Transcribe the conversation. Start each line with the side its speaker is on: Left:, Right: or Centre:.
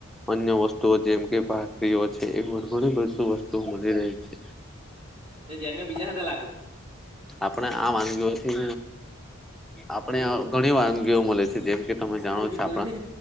Centre: અન્ય વસ્તુઓ જેમ કે ભાખરીઓ છે એવી ઘણી બધી વસ્તુઓ મળી રહી છે.
Right: તોને બીજા હા લાગે.
Centre: આપણે આ વાનગીઓથી આપણે., ઘણી વાનગીઓ મળે છે જેમ
Right: કોઈથી
Centre: કે તમે જાણો છો આપણા